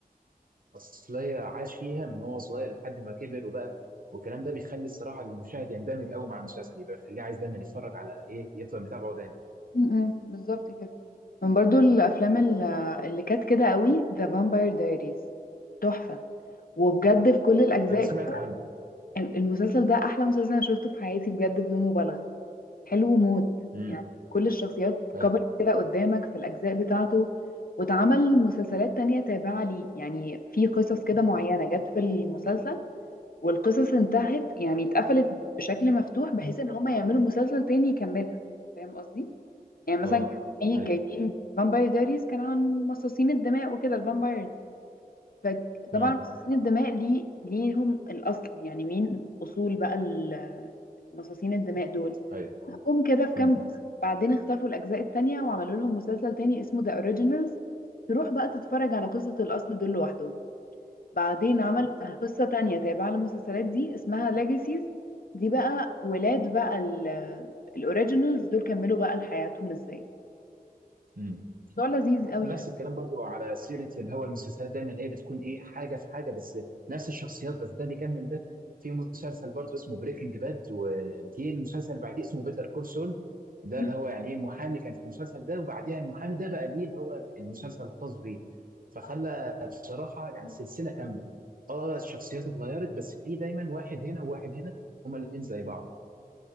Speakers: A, on the right; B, on the left.
A: الاصليه عاش فيها من هو صغير لحد ما كبر وبقى والكلام ده بيخلي الصراحه المشاهد يندمج قوي مع المسلسل يبقى بيخليه عايز دايما يتفرج على ايه يفضل متابعه دايما
B: م- م، بالظبط كده من برضو الأفلام ال- اللي كانت كده قوي ذا فامباير دايريز تحفة وبجد في كل الأجزاء
A: انا سمعت
B: كده
A: عنه
B: المسلسل ده أحلى مسلسل أنا شفته في حياتي بجد بدون مبالغة حلو موت
A: امم
B: يعني كل الشخصيات
A: ايوه
B: كبرت كده قدامك في الأجزاء بتاعته واتعمل مسلسلات تانية تابعة ليه يعني في قصص كده معينة جت في المسلسل والقصص انتهت يعني اتقفلت بشكل مفتوح بحيث ان هما يعملوا مسلسل تاني يكملها فاهم قصدي؟ يعني مثلا
A: اه
B: كان في
A: ايوه
B: جايبين فامباير دايريز كان عن مصاصين الدماء وكده الفامبايرز فطبعا
A: امم
B: مصاصين الدماء ليه ليهم الأصل يعني مين أصول بقى ال- مصاصين الدماء دول
A: ايوه
B: جم كده في كام
A: امم
B: جزء بعدين اختفوا الأجزاء التانية وعملوا لهم مسلسل تاني اسمه ذا اوريجينالز تروح بقى تتفرج على قصة الأصل دول لوحدهم بعدين عملوا آه. قصة تانية تابعة للمسلسلات دي اسمها ليجاسيز دي بقى ولاد بقى ال- الاوريجينالز دول كملوا بقى لحياتهم ازاي
A: امم
B: الموضوع لذيذ قوي
A: نفس
B: يعني
A: الكلام برضو على سيرة اللي هو المسلسلات دايما اللي هي بتكون ايه حاجة في حاجة بس نفس الشخصيات بس ده بيكمل ده في مسلسل برضو اسمه بريكنج باد وجي المسلسل اللي بعديه اسمه بيتر كول سول ده
B: مم.
A: اللي هو يعني ايه محامي كان في المسلسل ده وبعديها المحامي ده بقى ليه اللي هو المسلسل الخاص بيه فخلى
B: آه.
A: بصراحة يعني سلسلة كاملة اه الشخصيات اتغيرت بس في دايما واحد هنا وواحد هنا هما الاتنين زي بعض